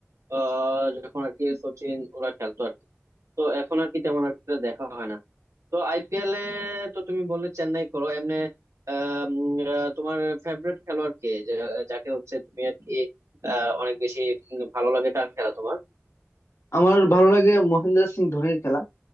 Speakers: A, on the right; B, on the left.
A: আহ যখন আর কি সচিন ওরা খেলতো আর কি তো এখন আর কি তেমন একটা দেখা হয় না তো আইপিএল এ তো তুমি বললে চেন্নাই করো এমনি আহ, উম, আহ, তোমার ফেভারিট খেলোয়াড় কে যে- যাকে হচ্ছে তুমি আর কি আহ, অনেক বেশি উম, ভালো লাগে কার খেলা তোমার
B: আমার ভালো লাগে মহেন্দ্র সিং ধোনির খেলা